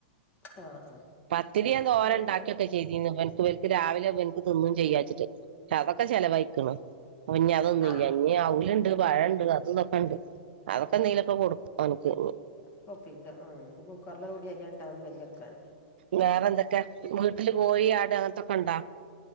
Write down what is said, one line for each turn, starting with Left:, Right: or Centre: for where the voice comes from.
Left: ആ ആ
Right: പത്തിരി ഞാൻ തോര
Left: എപ്പ
Right: എണ്ടാക്കിയൊക്കെ ചെയ്തിന്ന് എനക്ക്നിക്ക് രാവിലെ എനിക്ക് തിന്നും ചെയ്യാച്ചിട്ട് അതൊക്കെ ചെലവായിക്കിണ് ഇനി അതൊന്നുംല്ല
Left: ആ ആ
Right: ഇനി അവലിണ്ട് പഴണ്ട് അതു ഇതൊക്കെ ഇണ്ട് ക്ക ന്തേലൊക്കെ കൊടു അൻക്ക്
Left: കൊപ്പിക്ക ഉം കുക്കറില കൂടി അരിട്ടാതി കഞ്ഞികൊട്ക്കാൻ
Right: വേറെ എന്തൊക്കെ വീട്ടില് കോഴി ആട് അങ്ങനത്തൊക്കെ ഇണ്ടോ